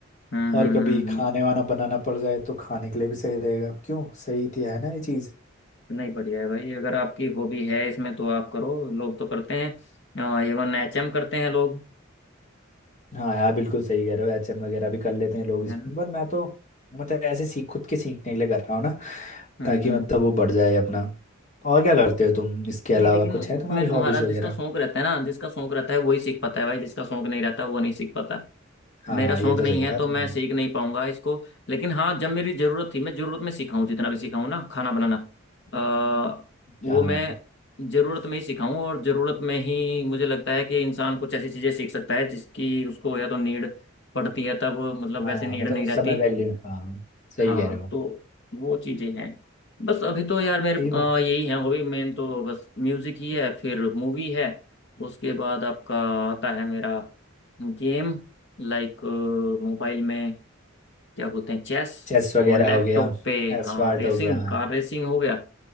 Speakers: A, on the left (about 60°); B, on the left (about 35°).
A: हम्म
B: और
A: हम्म
B: कभी
A: हम्म हम्म।
B: खाने वाना बनाना पड़ जाए तो खाने के लिए भी सही रहेगा क्यों सही थी है ना ये चीज़
A: नहीं बढ़िया है भाई अगर आपकी हॉबी है इसमें तो आप करो लोग तो करते हैं इवन एचएम करते हैं लोग
B: हाँ यार बिल्कुल सही कह रहे हो एचएम वगैरह भी कर लेते हैं लोग इसमें
A: है ना
B: पर मैं तो मतलब ऐसे सीख खुद के सीखने के लिए कर रहा हूँ ना
A: हम्म
B: ताकि
A: हम्म
B: मतलब वो बढ़ जाए अपना और क्या करते हो तुम इसके
A: नहीं
B: अलावा
A: लेकिन
B: कुछ
A: उसमें
B: है तुम्हारी हॉबीज
A: तुम्हारा जिसका
B: वगैरह
A: शौक रहता है ना जिसका शौक रहता है वही सीख पाता है भाई जिसका शौक नहीं रहता वो नहीं सीख पाता
B: हाँ
A: मेरा शौक
B: ये तो
A: नहीं
B: सही
A: है
B: कहा
A: तो मैं
B: तुमने
A: सीख नहीं पाऊंगा इसको लेकिन हाँ जब मेरी जरूरत थी मैं जरूरत में सीखा हूँ जितना भी सीखा हूँ ना खाना बनाना आ, वो
B: हाँ
A: मैं जरूरत में ही सीखा हूँ और जरूरत में ही मुझे लगता है कि इंसान कुछ ऐसी चीजें सीख सकता है जिसकी उसको या तो नीड पड़ती है तब मतलब
B: हाँ
A: वैसे नीड
B: मतलब
A: नहीं
B: उस
A: रहती
B: समय वैल्यू हाँ सही
A: हाँ
B: कह रहे हो
A: तो वो चीजें हैं बस अभी तो यार मेरे
B: ठीक
A: अ,
B: हो
A: यही है हॉबी मेन तो बस म्यूजिक ही है फिर मूवी है उसके बाद आपका आता है मेरा गेम लाइक मोबाइल में क्या बोलते हैं चेस
B: चेस वगैरह
A: और लैपटॉप
B: हो गया
A: पे हाँ
B: एस्वार्ट
A: रेसिंग
B: हो गया हाँ
A: कार रेसिंग हो गया